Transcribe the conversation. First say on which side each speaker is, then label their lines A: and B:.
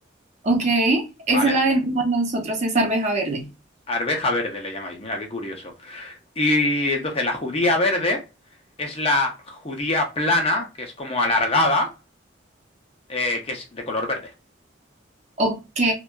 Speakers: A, on the right; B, on the left.
A: Ok, esa
B: ¿vale?
A: es la de la de nosotros es arveja verde.
B: Arveja verde le llamáis, mira qué curioso. Y entonces la judía verde es la judía plana, que es como alargada, eh, que es de color verde.
A: Ok,